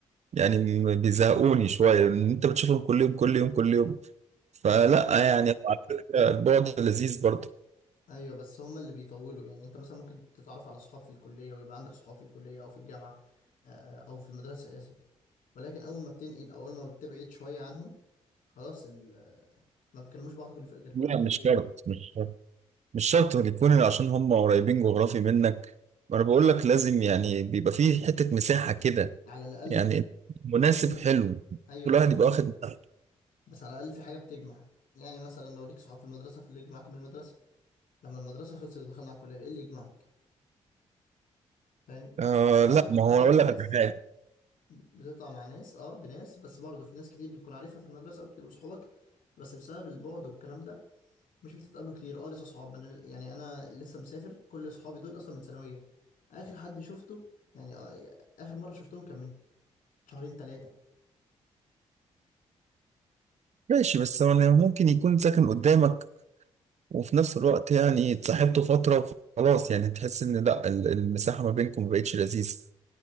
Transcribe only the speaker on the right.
يعني م- بيزهقوني شويه لان انت بتشوفهم كل يوم كل يوم كل يوم فلا
يعني على فكره البعد لذيذ برضه
لا
مش شرط مش شرط مش شرط يكون عشان هم قريبين جغرافي منك ما انا بقول لك لازم يعني بيبقى فيه حته مساحه كده
يعني مناسب
حلو
كل واحد يبقى واخد مساحته.
آه
لا
ما
هو اقول
لك على حاجه
ماشي بس هو يعني ممكن يكون ساكن قدامك وفي نفس الوقت يعني اتصاحبته فتره وخلاص يعني تحس ان لا ال- المساحه ما بينكم ما بقتش لذيذه